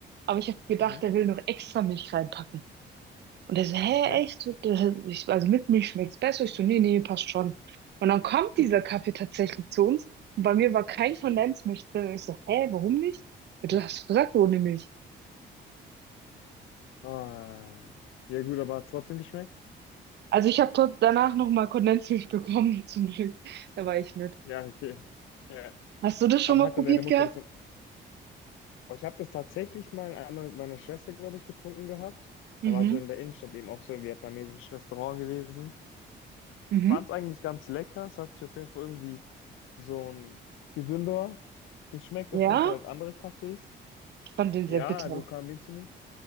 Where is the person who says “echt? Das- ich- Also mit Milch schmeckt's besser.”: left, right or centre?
Right